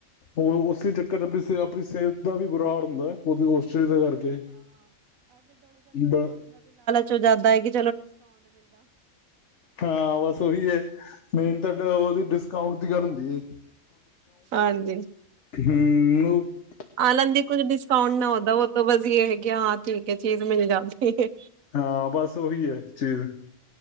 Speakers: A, on the left (about 60°); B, on the right (about 85°).
A: ਉਹ ਉਸੇ ਚ ਆਪਣੀ ਆਪਣੀ ਸਿਹਤ ਦਾ ਵੀ ਬੁਰਾਾਲ ਹੁੰਦਾ ਹੈ ਉਹ <unintelligible> ਦਾ ਕਰਕੇ, ਬ
B: ਚ ਜ਼ਿਆਦਾ ਹੈ ਕਿ
A: ਹਾਂ ਬਸ ਉਹੀ ਹੈ, ਮੇਨ ਡ ਉਹਦੀ ਡਿਸਕਾਊਂਟ ਦੀ ਗੱਲ ਹੁੰਦੀ ਹੇ।
B: ਹਾਂਜੀ।
A: ਹਮ ਉੱਪਰ
B: ਆਲੰਦੀ ਹੁਂ ਕੁਛ ਡਿਸਕਾਊਂਟ ਨਾ ਹੁਂਦਾ ਉਹ ਤਾ ਬਸ ਹੈਗੀ ਹਾਂ, ਠੀਕ ਹੈ। ਚੀਜ਼ ਮਿਲ ਜਾਂਦੀ ਹੈ।
A: ਹਾਂ ਬਸ ਉਹੀ ਹੈ ਚੀਜ਼।